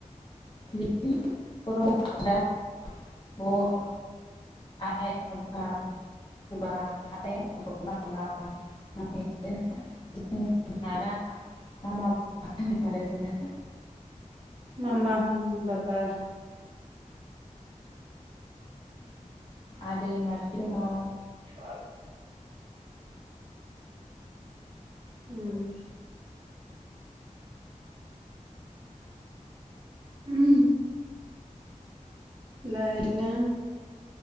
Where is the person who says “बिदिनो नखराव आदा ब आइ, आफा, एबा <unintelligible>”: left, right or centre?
Left